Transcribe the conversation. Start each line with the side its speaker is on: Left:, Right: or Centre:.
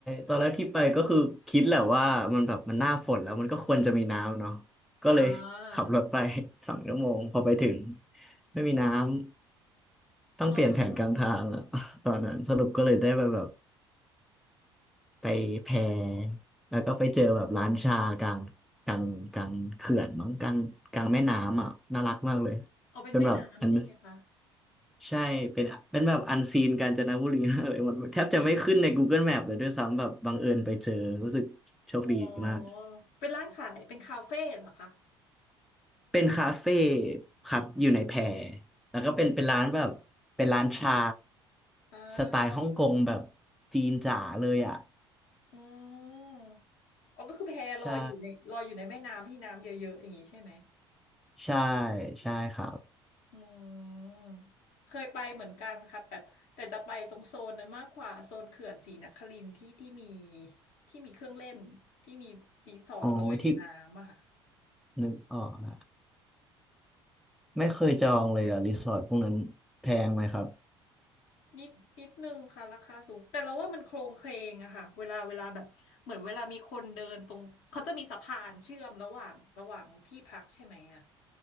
Centre: ตอนแรกที่ไปก็คือคิดแหละว่ามันแบบมันหน้าฝนแล้วมันก็ควรจะมีน้ำเนาะก็เลยขับรถไป
Left: อ่า
Centre: <laughs> สองชั่วโมงพอไปถึงไม่มีน้ำต้องเปลี่ยนแผนกลางทางอะ
Left: อ๋อ
Centre: <laughs> ตอนนั้นสรุปก็เลยได้ไปแบบ ไปแพแล้วก็ไปเจอแบบร้านชากลางกลางกลางเขื่อนมั้งกลางกลางแม่น้ำอ่ะน่ารักมากเลย
Left: อ๋อเป็นแม่น้ำใช่ไหมคะ
Centre: เป็นแบบอันใช่เป็นเป็นแบบอันซีนกาญจนบุรี <laughs> มากเลยมันแทบจะไม่ขึ้นใน Google Map เลยด้วยซ้ำแบบบังเอิญไปเจอรู้สึกโชคดีมาก
Left: อ๋อเป็นร้านขายเป็นคาเฟ่เหรอคะ
Centre: เป็นคาเฟ่ครับอยู่ในแพแล้วก็เป็นเป็นร้านแบบเป็นร้านชา
Left: อ่า
Centre: สไตล์ฮ่องกงแบบจีนจ๋าเลยอ่ะ
Left: อ๋ออ๋อก็คือแพลอยอยู่ในลอยอยู่ในแม่น้ำที่น้ำเยอะๆอย่างนี้ใช่ไหม
Centre: ใช่ใช่ใช่ครับ
Left: อืมเคยไปเหมือนกันค่ะแต่แต่จะไปตรงโซนนั้นมากกว่าโซนเขื่อนศรีนครินทร์ที่ที่มีที่มีเครื่องเล่นที่มีรีสอร์ทลอยในน้ำอะค่ะ
Centre: อ๋อที่ นึกออกอะไม่เคยจองเลยอะรีสอร์ทพวกนั้นแพงไหมครับ
Left: นิดนิดนึงค่ะราคาสูงแต่เราว่ามันโครงเคลงอะค่ะเวลาเวลาแบบเหมือนเวลามีคนเดินตรงเขาจะมีสะพานเชื่อมระหว่างระหว่างที่พักใช่ไหมอะ